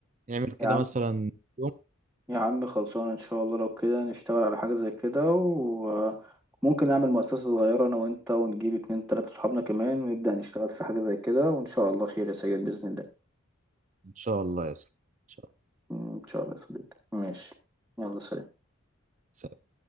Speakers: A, on the right; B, in the centre.
A: نعمل كده
B: يا عم
A: مثلا يوم
B: يا عم خلصان ان شاء الله لو كده نشتغل على حاجة زي كده وممكن نعمل مؤسسة صغيرة انا وانت ونجيب اتنين تلاتة صحابنا كمان ونبدأ نشتغل في حاجة زي كده وان شاء الله خير يا سيد بإذن الله
A: ان شاء الله يا اسطى ان شاء
B: ان شاء الله يا صديقي ماشي يلا سلام
A: الله